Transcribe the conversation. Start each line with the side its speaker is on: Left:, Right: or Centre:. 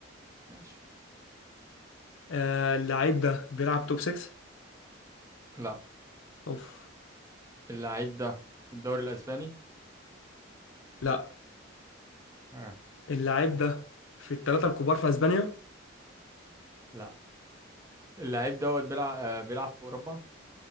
Right: ماشي
Left: آه اللاعب ده بيلعب توب 6
Right: لا
Left: أوف
Right: اللعيب ده في الدوري الاسباني
Left: لا
Right: آه.
Left: اللاعب ده في الثلاثة الكبار في أسبانيا
Right: لا اللعيب دوت بيلعب آه بيلعب في اوروبا